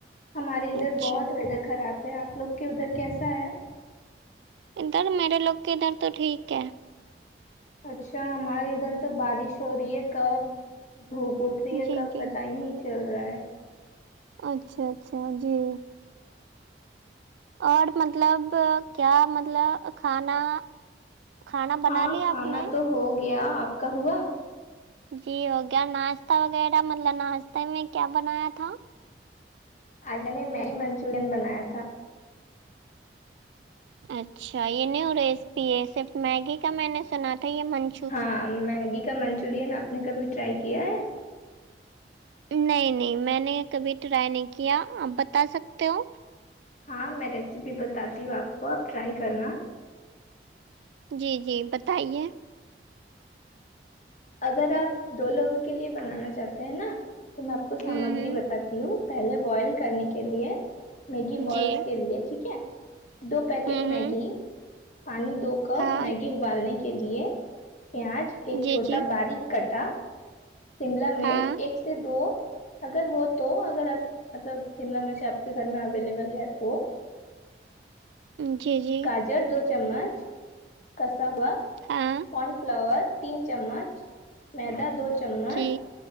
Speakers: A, on the left; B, on the right.
A: ہمارے ادھر
B: اچھا
A: بہت ویدر خراب تو آپ لوگ کے ادھر کیسا ہے
B: ادھر میرے لو گ کےادھر تو ٹھیک ہے
A: اچھا ہمارے ادھر تو بارش ہو رہی ہے کب دھوپ اٹھ رہی ہے
B: جی
A: کب
B: جی
A: پتا ہی نہیں چل رہا ہے
B: اچھا اچھا جی اور مطلب کیا مطلب کھانا کھانا بنا
A: ہاں
B: لیا
A: کھانا
B: آپ نے
A: تو ہو گیا آپ کا ہوا
B: جی ہو گیا ناشتہ وغیرہ مطلب ناشتے میں کیا بنایا تھا
A: آج نے میگی منچورین بنایا تھا
B: اچھا یہ نیو ہو ریسپی یہ صرف میگی کا میں نے سنا تھا یہ من
A: ہاں میگی کا منچورین آپ نے کبھی ٹرائی کیا ہے
B: نہیں نہیں میں نے کبھی ٹرائی نہیں کیا آپ بتا سکتے ہو
A: ہاں میں ریسیپی بتاتی ہوں آپ کو آپ ٹرائی کرنا
B: جی جی بتائیے
A: اگر آپ دو لوگوں کے لیے بنانا چاہتے ہیں نا تو میں آپ کو سامگری
B: ہوں ہوں
A: بتات ہو پہلے بوائل کرنے کے لیے میگی بالس
B: جی
A: کے لیے ٹھیک ہے دو پیکٹ
B: ہوں ہوں
A: میگی پانی دو کپ
B: ہاں
A: میگی ابالنے کے لیے پیاز ایک
B: جی
A: چھوٹا
B: جی
A: باریک کٹا شملا مرچ
B: ہاں
A: ایک سے دو اگر ہو تو اگر آپ مطلب شملہ مرچ آپ کے گھر میں اویلیبل ہے تو
B: جی جی
A: گاجر دو چمچ کسا ہوا
B: ہاں
A: کن فلاور تین چمچ میدا دو چمچ
B: جی